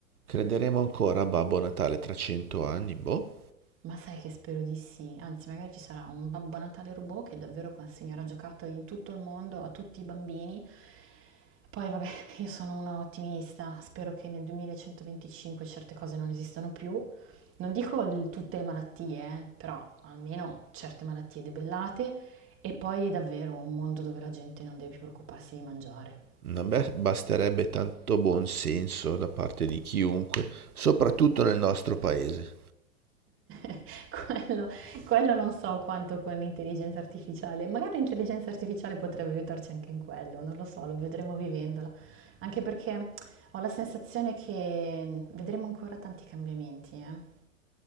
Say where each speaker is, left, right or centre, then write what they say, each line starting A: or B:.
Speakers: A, on the right; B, on the right.
A: Crederemo ancora a Babbo Natale tra cento anni? Boh.
B: Ma sai che spero di sì, anzi magari ci sarà un Babbo Natale robot che davvero consegnerà giocattoli in tutto il mondo a tutti i bambini. Poi vabbè, <laughs> io sono una ottimista, spero che nel 2125 certe cose non esistano più. Non dico il- tutte le malattie, eh, però almeno certe malattie debellate e poi davvero un mondo dove la gente non deve più preoccuparsi di mangiare.
A: A me basterebbe tanto buon senso da parte di chiunque, soprattutto nel nostro paese.
B: <laughs> Quello quello non so quanto con l'intelligenza artificiale, magari l'intelligenza artificiale potrebbe aiutarci anche in quello, non lo so, lo vedremo vivendola, anche perché ho la sensazione che vedremo ancora tanti cambiamenti, eh.